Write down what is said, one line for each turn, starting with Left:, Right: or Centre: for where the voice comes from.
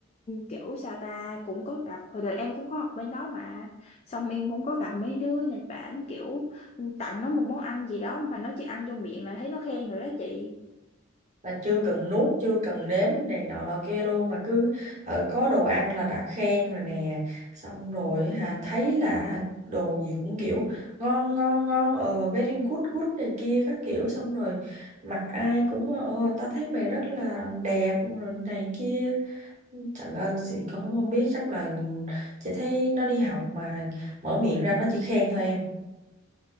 Left: kiểu sao ta cũng có gặp hồi đời em cũng có học bên đó mà xong em cũng có gặp mấy đứa Nhật Bản kiểu tặng nó một món ăn gì đó mà nó chỉ ăn vô miệng là thấy nó khen rồi đó chị
Right: là chưa cần nuốt chưa cần nếm này nọ lọ kia luôn mà cứ ở có đồ ăn là đã khen rồi nè xong rồi hả thấy là hả, đồ gì cũng kiểu ngon ngon ngon ờ very good good này kia các kiểu xong rồi mặt ai cũng ờ ta thấy mày rất là đẹp rồi này kia trời ơi chị cũng không, không biết chắc là chị thấy nó đi học mà mở miệng ra nó chỉ khen thôi em